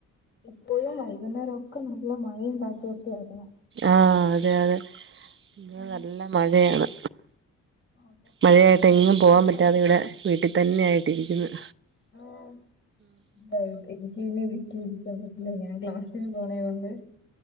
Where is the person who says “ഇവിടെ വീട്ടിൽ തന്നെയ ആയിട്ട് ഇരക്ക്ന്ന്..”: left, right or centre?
Right